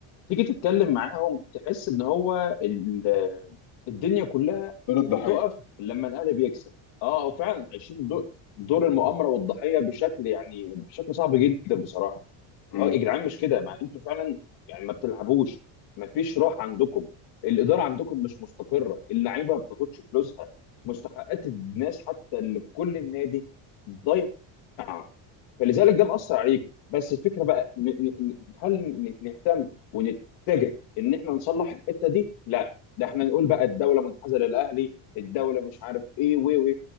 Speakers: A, on the left; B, on the left.
A: تيجي تتكلم معاهم تحس ان هو ال- الدنيا كلها
B: دور الضحيه
A: بتقف لما الاهلي بيكسب اه هو فعلا عايشين دو- دور المؤامره والضحيه بشكل يعني بشكل صعب جدا بصراحه
B: امم
A: اه يا جدعان مش كده ما انتوا فعلا يعني ما بتلعبوش ما فيش روح عندكم الاداره عندكم مش مستقره اللعيبه ما بتاخدش فلوسها مستحقات الناس حتى اللي في كل النادي ضايعه فلذلك ده مأثر عليك بس الفكره بقى ن- ن- ن- هل ن- نهتم ونتجه ان احنا نصلح الحته دي؟ لا ده احنا نقول بقى الدوله منحازه للاهلي الدوله مش عارف ايه و و